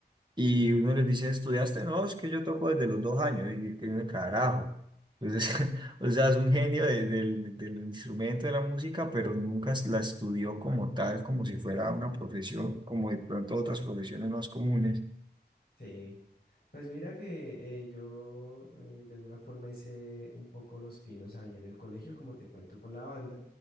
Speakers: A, on the right; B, on the left.
A: y
B: Sí.
A: uno les dice, ¿estudiaste? No, es que yo toco desde los dos años. Y que uno, carajo. Entonces, <laughs> o sea, es un genio de- del, del instrumento de la música, pero nunca la estudió como tal, como si fuera una profesión, como de pronto otras profesiones más comunes.
B: Sí, pues mira que eh, yo eh, de alguna forma hice un poco los pinos ahí en el colegio, como te cuento con la banda.